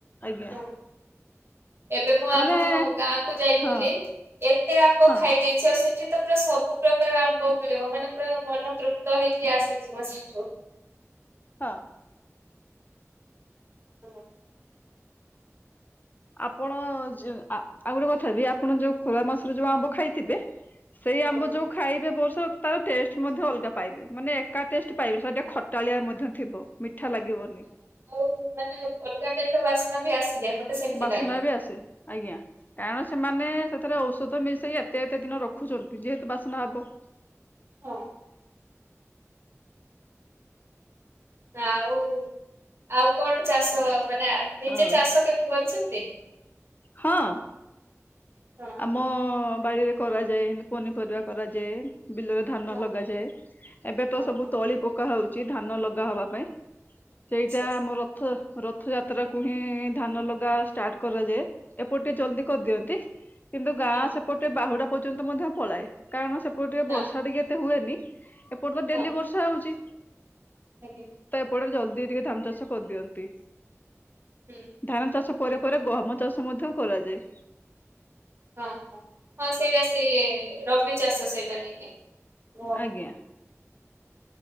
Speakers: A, on the left; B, on the right.
A: ଆଜ୍ଞା।
B: ହଁ ଏବେ ମୁଁ ଆମ
A: ମାନେ
B: ଗାଁ କୁ ଯାଇଥିଲି
A: ହଁ
B: ଏତେ ଆମ୍ବ
A: ହଁ
B: ଖାଇ ଦେଇଛି ଆଉ ସେଠି ତ ପୁରା ସବୁ ପ୍ରକାର ଆମ୍ଭ ମିଳିବ ମାନେ ପୁରା ମନ ତୃପ୍ତ ହେଇକି ଆସିଯିବ। ହ
A: ହଁ।
B: ହଁ।
A: ଆପଣ ଆଉ ଗୋଟେ କଥା ହେବି ଆପଣ ଯୋଉ ଖରା ମାସରେ ଯୋଉ ଆମ୍ବ ଖାଇଥିବେ ସେଇ ଆମ୍ବ
B: ହଁ
A: ଯୋଉ
B: ହଁ
A: ଖାଇବେ ବର୍ଷା ରୁତୁ ତାର ଟେଷ୍ଟ ମଧ୍ୟ ଅଲଗା ପାଇବେ ମାନେ ଏକା ଟେଷ୍ଟ ପାଇବେ ସେ ଟିକେ ଖଟାଳିଆ ମଧ୍ୟ ଥିବ ମିଠା ଲାଗିବନି।
B: ଆଉ ମାନେ ଅଲଗା ଟାଇପ୍ର ବାସ୍ନା ବି ଆସିଯାଏ ମତେ ସେମତି
A: ବାସ୍ନା
B: ଲାଗେ।
A: ବି ଆସେ ଆଜ୍ଞା କାରଣ ସେମାନେ ସେଥିରେ ଔଷଧ ମିଶାଇ ଏତେ ଏତେ ଦିନ ରଖୁଛନ୍ତି ଯେହେତୁ ବାସ୍ନା ହେବ
B: ହଁ। ଆଉ। ଆଉ କଣ ଚାଷ ମାନେ ନିଜେ
A: ହଁ
B: ଚାଷ କେବେ କରିଛନ୍ତି
A: ହଁ।
B: ହଁ ହଁ
A: ଆମ ବାଡିରେ କରାଯାଏ ପନିପରିବା କରାଯାଏ। ବିଲରେ ଧାନ
B: ହଁ
A: ଲଗାଯାଏ
B: ହଁ
A: ଏବେ
B: ହଁ
A: ତ ସବୁ
B: ହଁ
A: ତଳି ପକା ହଉଛି ଧାନ ଲଗା ହବା ପାଇଁ। ସେଇଟା
B: ଆଚ୍ଛା ଆଚ୍ଛା
A: ଆମ ରଥ ରଥଯାତ୍ରାକୁ ହିଁ ଧାନ ଲଗା ଷ୍ଟାର୍ଟ କରାଯାଏ। ଏପଟ ଟେ ଜଲ୍ଦି କରିଦିଅନ୍ତି କିନ୍ତୁ ଗାଁ
B: ହୁଁ
A: ସେପଟେ ବାହୁଡ଼ା ପର୍ଯ୍ୟନ୍ତ ମଧ୍ୟ ପଳାଏ କାରଣ ସେପଟେ ଉ ଟିକେ
B: ହଁ
A: ବର୍ଷା ଟିକେ ଏତ ହୁଏନି। ଏପଟ ତ ଡେଲି
B: ହଁ
A: ବର୍ଷା ହଉଛି
B: ଆଜ୍ଞା
A: ତ ଏପଟରେ ଜଲ୍ଦି। ଟିକେ ଧାନ ଚାଷ କରିଦିଅନ୍ତି।
B: ହୁଁ।
A: ଧାନ ଚାଷ ପରେ ପରେ ଗହମ ଚାଷ ମଧ୍ୟ କରାଯାଏ।
B: ହଁ ହଁ ହଁ ସେଇଟା ସେ ରବି ଚାଷ ସେଇଟା ନେଇକି ହୁଁ।
A: ଆଜ୍ଞା